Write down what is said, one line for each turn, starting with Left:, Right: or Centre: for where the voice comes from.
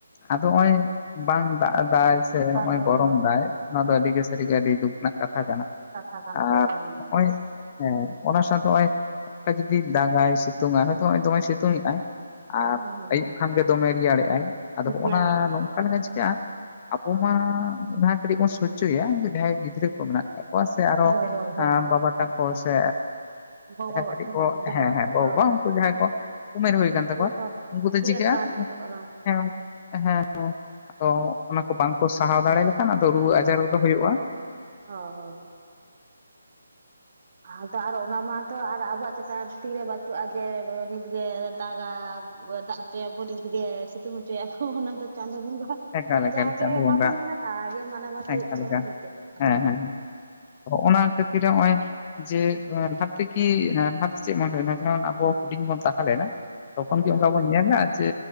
Left: ᱟᱫᱚ ᱱᱚᱜᱼᱚᱭ ᱵᱟᱝ ᱫᱟᱜ ᱮ ᱫᱟᱭ ᱥᱮ ᱱᱚᱜ
Right: ᱦᱳᱭ
Left: ᱚᱭ
Right: ᱦᱳᱭ
Left: ᱜᱚᱨᱚᱢ
Right: ᱦᱳᱭ
Left: ᱫᱟᱭ ᱚᱱᱟ ᱫᱚ ᱟᱹᱰᱤᱜ ᱥᱟᱹᱨᱤᱜᱮ ᱟᱹᱰᱤ ᱫᱩᱠ ᱨᱮᱱᱟᱜ ᱠᱟᱛᱷᱟ ᱠᱟᱱᱟ᱾
Right: ᱠᱟᱛᱷᱟ ᱠᱟᱱ
Left: ᱟᱨ
Right: ᱠᱟᱱ ᱜᱮᱭᱟ᱾
Left: ᱱᱚᱜᱼᱚᱭ ᱦᱮᱸ ᱚᱱᱟ ᱥᱟᱶᱛᱮ ᱱᱚᱜᱚᱭ ᱚᱱᱠᱟ ᱡᱩᱫᱤ ᱫᱟᱜᱟᱭ ᱥᱤᱛᱩᱝ ᱟᱭ ᱦᱚᱭᱛᱳ ᱫᱚᱢᱮ ᱥᱤᱛᱩᱝ ᱮᱟᱭ, ᱟᱨ
Right: ᱦᱩᱸ ᱦᱩᱸ
Left: ᱟᱹᱭᱩᱵ ᱠᱷᱟᱱ ᱜᱮ ᱫᱚᱢᱮ ᱨᱮᱭᱟᱲᱮᱜᱼᱟᱭ ᱟᱫᱚ ᱱᱚᱱᱟᱜᱟ
Right: ᱨᱮᱭᱟᱲᱮᱜᱼᱟᱭ
Left: ᱱᱚᱼᱼ ᱠᱟ ᱞᱮᱠᱟ ᱪᱤᱠᱟᱹᱜᱼᱟ ᱟᱵᱚ ᱢᱟ ᱚᱱᱟ ᱠᱟᱹᱴᱤᱡ ᱵᱚᱱ ᱥᱚᱡᱽᱡᱚ ᱜᱮᱭᱟ ᱡᱟᱦᱟᱸᱭ ᱜᱤᱫᱽ ᱜᱤᱫᱽᱨᱟ ᱠᱚ ᱢᱮᱱᱟᱜ ᱠᱫ ᱠᱚᱣᱟ ᱥᱮ ᱟᱨᱚ
Right: ᱦᱳᱭ ᱦᱳᱭ ᱦᱳᱭ
Left: ᱵᱟᱵᱟ ᱛᱟᱠᱚ ᱥᱮᱼᱼ
Right: ᱜᱚᱜᱚ
Left: ᱡᱟᱦᱟᱸ ᱠᱟᱹᱴᱤᱡ
Right: ᱡᱟᱦᱟᱸ
Left: ᱦᱮᱸ ᱦᱮᱸ ᱜᱚ
Right: ᱦᱳᱭ
Left: ᱵᱟᱵᱟ ᱩᱱᱠᱩ ᱡᱟᱦᱟᱸᱭ ᱠᱚ ᱩᱢᱮᱨ ᱦᱩᱭ ᱟᱠ ᱛᱟᱠᱚᱣᱟ᱾
Right: ᱦᱳᱭ
Left: ᱩᱱᱠᱩ ᱫᱚ
Right: ᱟᱹᱰᱤ
Left: ᱪᱤᱠᱟᱹᱜᱼᱟ
Right: ᱟᱸᱴ ᱵᱟᱨ ᱠᱷᱮᱛᱚᱜ ᱠᱟᱱᱟ
Left: ᱦᱮᱸᱼᱼ ᱦᱮᱸ ᱦᱮᱸ ᱟᱫᱚ ᱚᱱᱟ ᱠᱚ ᱵᱟᱝᱠᱚ ᱥᱟᱦᱟᱣ ᱫᱟᱲᱮ ᱞᱮᱠᱷᱟᱱ ᱟᱫᱚ ᱨᱩᱣᱟᱹ ᱟᱡᱟᱨᱫᱚ ᱦᱩᱭᱩᱜᱼᱟ᱾
Right: ᱦᱚᱸ ᱦᱚᱸ᱾ ᱟᱫᱚ ᱟᱨᱚ ᱚᱱᱟ ᱢᱟᱛᱚ ᱟᱨ ᱟᱵᱚᱣᱟᱜ ᱪᱮᱛᱟᱱ ᱨᱮ ᱛᱤᱨᱮ ᱵᱟᱹᱪᱩᱜᱼᱟ ᱡᱮ ᱱᱤᱛᱜᱮ ᱫᱟᱜᱟᱻ ᱫᱟᱜ ᱦᱚᱪᱚᱭ ᱟᱵᱚ ᱱᱤᱛ ᱜᱮ ᱛᱩᱝ ᱦᱚᱪᱚᱭ ᱟᱵᱚ ᱚᱱᱟ ᱫᱚ ᱪᱟᱸᱫᱳ ᱵᱚᱸᱜᱟ
Left: ᱮᱠᱟᱞ ᱮᱠᱟᱞ
Right: ᱡᱟᱜᱮ
Left: ᱪᱟᱸᱫᱳ
Right: ᱮᱢᱟ
Left: ᱵᱚᱸᱜᱟ
Right: ᱵᱚᱱ ᱠᱟᱱᱟ ᱛᱟ ᱜᱮ ᱢᱟᱱᱟᱣ ᱵᱟᱛᱟᱣ
Left: ᱮᱠᱟᱞ
Right: ᱦᱩᱭᱩᱜ ᱛᱟᱵᱚᱱᱟ
Left: ᱮᱠᱟᱞ
Right: ᱦᱮᱸ ᱪᱮ ᱾
Left: ᱦᱮᱸ ᱦᱮᱸ ᱦᱮᱸ, ᱦᱚᱸᱜᱼᱚᱱᱟ ᱠᱷᱟᱹᱛᱤᱨ ᱦᱚᱸᱜᱼᱚᱭ ᱡᱮ ᱞᱟᱦᱟᱛᱮ ᱠᱤ ᱞᱟᱦᱟᱛᱮ ᱪᱮᱫ ᱢᱟᱱᱮ ᱡᱮᱢᱚᱱ ᱟᱵᱚ ᱦᱩᱰᱤᱧ ᱵᱚᱱ ᱛᱟᱦᱮᱸᱞᱮᱱᱟ ᱛᱚᱠᱷᱚᱱ ᱠᱤ ᱚᱱᱠᱟ
Right: ᱦᱩᱸ
Left: ᱵᱚᱱ ᱧᱮᱞᱟ ᱡᱮ